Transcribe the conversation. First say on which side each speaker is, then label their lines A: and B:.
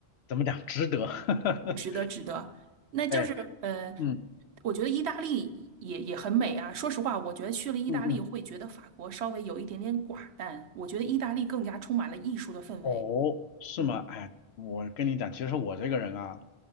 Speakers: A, on the left; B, on the right.
A: 怎么讲，值得。<laughs> 哈哈，
B: 值得值得。那就是，
A: 哎，
B: 呃，
A: 嗯
B: 我觉得意大利也也很美啊。说实话，我觉得去了意大利会觉得法国稍微有一点点寡淡，
A: 嗯嗯，
B: 我觉得意大利更加充满了艺术的氛围。
A: 哦，是吗？
B: 嗯，
A: 哎，我跟你讲，其实我这个人啊。